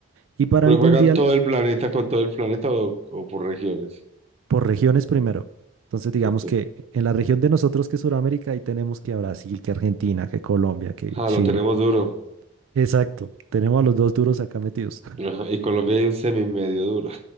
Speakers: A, on the right (about 75°); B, on the right (about 30°).
A: Y para
B: ¿Pero
A: el
B: juegan
A: mundial,
B: todo el planeta con todo el planeta o, o por regiones?
A: por regiones primero. Entonces, digamos
B: Ok.
A: que en la región de nosotros, que es Sudamérica, ahí tenemos que a Brasil, que Argentina, que Colombia, que
B: Ah,
A: Chile.
B: lo tenemos duro.
A: Exacto. Tenemos a los dos duros acá metidos. <laughs>
B: Ajá, Y Colombia hay un semi medio duro,